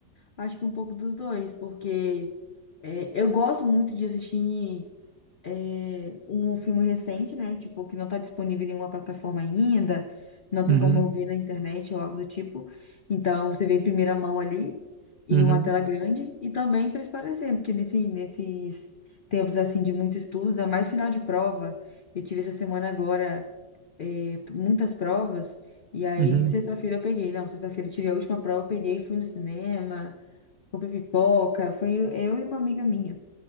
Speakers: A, on the left (about 70°); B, on the right (about 80°).
A: Acho que um pouco dos dois, porque é, eu gosto muito de assistir. é, um filme recente, né? Tipo, que não tá disponível em nenhuma plataforma ainda, não tem
B: Uhum,
A: como eu ver na internet ou algo do tipo. Então, você vê em primeira mão ali, em
B: uhum,
A: uma tela grande, e também para esparecer, porque nesse, nesses tempos, assim, de muito estudo, ainda mais final de prova, eu tive essa semana agora é, muitas provas, e aí
B: uhum,
A: sexta-feira eu peguei, não, sexta-feira eu tive a última prova, eu peguei, fui no cinema, comprei pipoca, foi eu e uma amiga minha.